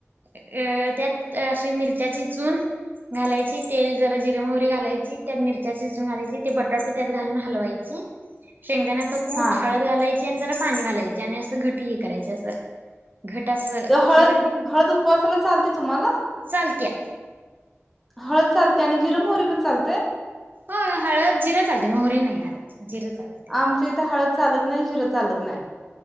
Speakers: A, on the right; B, in the centre.
A: अ त्यात अशी मिरच्या चिचून -- घालायची तेल, जरा जिरं, मोहरी घालायची त्यात मिरच्या चेचून घालायच्या ते बटाटे त्यात घालून हलवायचे.
B: <inaudible>
A: शेंगदाण्याच कूट,
B: हा
A: हळद घालायची आणि जरा पाणी घालायचे, आणि असं घट हे करायचे असं घटच हे
B: ते हळद
A: करतोय किनइ
B: हळद उपवासाला चालते तुम्हाला
A: चालत्या.
B: हळद चालत्या, आणि जिर, मोहरी पण चालतय?
A: ह हळद जिर चालतयं मोहरी नाही घालायची. जिरं चालते उपवास
B: आमच्या इथे हळद चालत नाही, जिरं चालत नाही